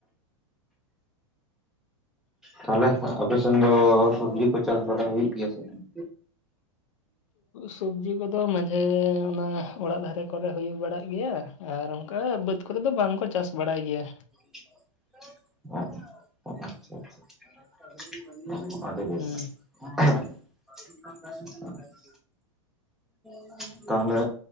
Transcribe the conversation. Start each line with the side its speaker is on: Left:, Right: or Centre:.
Centre: ᱛᱟᱦᱚᱞᱮ ᱟᱯᱮ ᱥᱮᱱ ᱫᱚ ᱥᱚᱵᱡᱤ ᱠᱚ ᱪᱟᱥ ᱵᱟᱲᱟ ᱦᱩᱭᱩᱜ ᱜᱮᱭᱟ ᱥᱮ ᱵᱟᱝ
Left: ᱥᱚᱵᱡᱤ ᱠᱚᱫᱚ ᱢᱟᱡᱷᱮ ᱚᱱᱟ ᱚᱲᱟᱜ ᱫᱷᱟᱨᱮ ᱠᱚᱨᱮ ᱦᱩᱭ ᱵᱟᱲᱟᱜ ᱜᱮᱭᱟ ᱟᱨ ᱚᱱᱠᱟ ᱵᱟᱹᱫᱽ ᱫᱚ ᱵᱟᱝᱠᱚ ᱪᱟᱥ ᱵᱟᱲᱟᱭ ᱜᱮᱭᱟ᱾
Centre: <unintelligible> <unintelligible>
Left: ᱦᱩᱸ
Centre: <unintelligible> ᱛᱟᱦᱚᱞᱮ